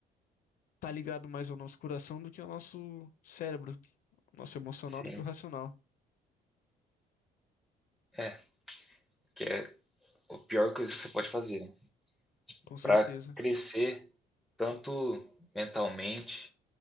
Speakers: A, on the left; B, in the centre.
A: tá ligado mais ao nosso coração do que ao nosso cérebro, ao nosso emocional
B: Sim,
A: do que o racional,
B: é, que é o pior coisa que você pode fazer.
A: com certeza.
B: Para crescer, tanto mentalmente,